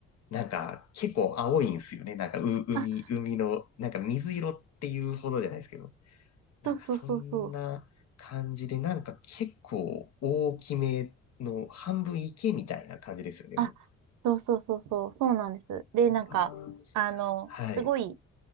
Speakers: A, on the left (about 60°); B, on the right (about 80°).
A: なんか、結構青いんですよね。なんか、う、海、
B: あ、
A: 海の、なんか水色っていうほどじゃないですけど。なんか、
B: そうそうそうそう。
A: そんな感じで、なんか結構大きめの半分池みたいな感じですよね。
B: あ、
A: もう
B: そうそうそうそう、そうなんです。で、なんか、
A: あー
B: あの、
A: はい、
B: すごい、